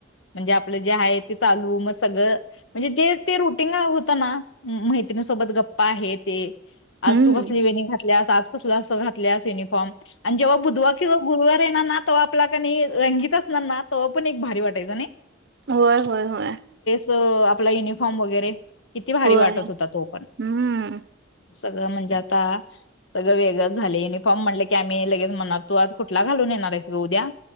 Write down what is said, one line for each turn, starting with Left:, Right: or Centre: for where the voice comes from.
Left: म्हणजे आपलं जे आहे ते चालू मग सगळं म्हणजे जे ते रुटीन होतं ना मैत्रिणीसोबत गप्पा आहे ते
Right: हम्म
Left: आज तू कसली वेणी घात घल्यास आज कस अस घातल्यास युनिफॉर्म आणि जेव्हा बुधवार किंवा गुरुवार येणार तवा आपला कनी रंगीत असणार ना तवा पण एक भारी वाटायचा नाही.
Right: होय होय होय.
Left: तो आपला युनिफॉर्म वगैरे किती भारी
Right: होय.
Left: वाटत होता तो पण
Right: हम्म
Left: सगळं म्हणजे आता सगळं वेगळं झालय युनिफॉर्म म्हणले की आ मी लगेच म्हणार तू आज कुठला घालून येणार आहेस ग उद्या?